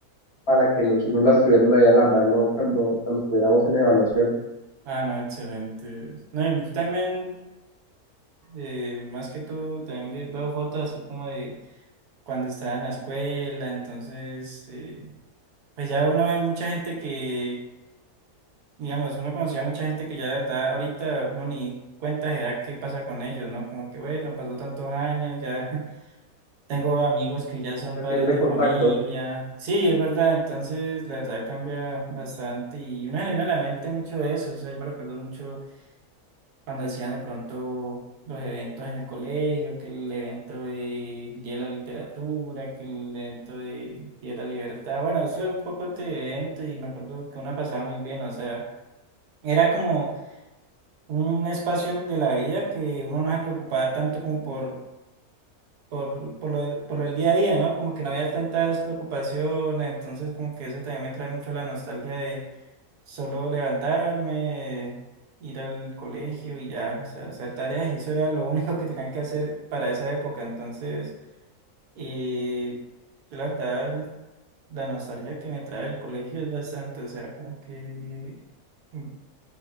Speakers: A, on the left; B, on the right.
A: para que los chinos las tuvieran ahí a la mano cuando, cuando estuviéramos en evaluación.
B: Ah, no, excelente. No, yo también, eh, más que tú, también ve- veo fotos así como de cuando estaba en la escuela, entonces, eh, pues ya uno ve mucha gente que, digamos, uno conocía mucha gente que ya la verdad ahorita uno ni cuenta se da qué pasa con ellos, ¿no? Como que, bueno, pasó tantos años, ya <laughs> tengo amigos que ya son
A: Se
B: padres
A: pierde
B: de
A: contacto.
B: familia. Sí, es verdad, entonces la verdad cambia bastante y uno le viene a la mente mucho de eso, o sea, yo me recuerdo mucho cuando hacían de pronto los eventos en el colegio, que el evento de Día de la Literatura, que el evento de Día de la Libertad. Bueno, eso es un poco este evento y me acuerdo que uno pasaba muy bien, o sea, era como un espacio en- de la vida que uno no se preocupaba tanto como por... Por, por lo, de- por lo del día a día, ¿no? Como que no había tantas preocupaciones, entonces como que eso también me trae mucho la nostalgia Solo levantarme, ir al colegio y ya, o sea, hacer tareas y eso era lo único que tenían que hacer para esa época. Entonces, eh, yo la verdad, la nostalgia que me trae el colegio es bastante, o sea, como que mm,